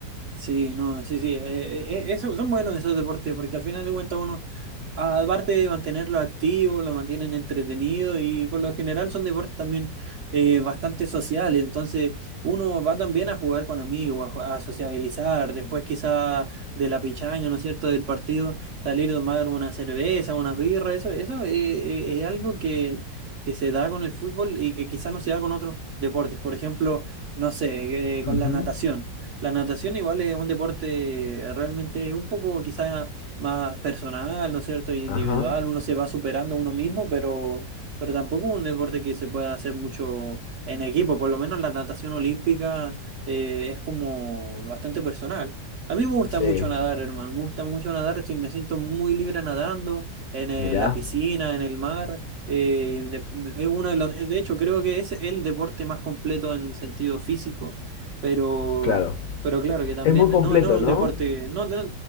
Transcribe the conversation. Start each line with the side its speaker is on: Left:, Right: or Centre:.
Right: Sí, no, sí, sí. eh, eh, eh, eso, son buenos esos deportes porque al final de cuentas uno Aparte de mantenerlo activo, lo mantienen entretenido y por lo general son deportes también eh, bastante sociales. Entonces uno va también a jugar con amigos, a, ju- a sociabilizar. Después quizá de la pichanga, ¿no es cierto?, del partido, salir a tomar una cerveza, unas birras. Eso, eso eh, eh, es algo que, que se da con el fútbol y que quizá no se da con otros deportes. Por ejemplo, no sé, eh,
Left: Ujú.
Right: con la natación. La natación igual es un deporte realmente un poco quizá más personal, ¿no es cierto? Y individual,
Left: Ajá.
Right: uno se va superando a uno mismo, pero, pero tampoco es un deporte que se pueda hacer mucho en equipo, por lo menos la natación olímpica eh, es como bastante personal. A mí me gusta
Left: Sí,
Right: mucho nadar, hermano, me gusta mucho nadar, estoy, me siento muy libre nadando en eh,
Left: mirá,
Right: la piscina, en el mar. eh, de, es uno de, los, de hecho, creo que es el deporte más completo en sentido físico, pero...
Left: claro.
Right: Pero claro que también,
Left: Es muy completo,
Right: no, no es un
Left: ¿no?
Right: deporte, no, no,